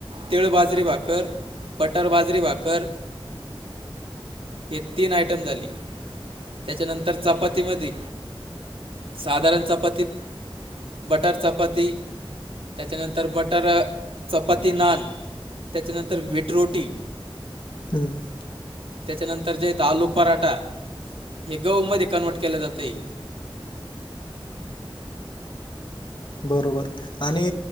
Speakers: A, on the right (about 80°); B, on the left (about 55°).
A: तिळ बाजरी भाकर बटर बाजरी भाकर. हे तीन आयटम झाले. त्याच्या नंतर चपाती मध्ये साधारण चपाती. बटर चपाती त्याच्या नंतर बटरं चपाती नान. त्याच्या नंतर व्हीट रोटी.
B: <inaudible>
A: त्याच्या नंतर जे येत आलू पराठा. हे गहू मध्ये कन्व्हर्ट केले जातय.
B: बरोबर आणि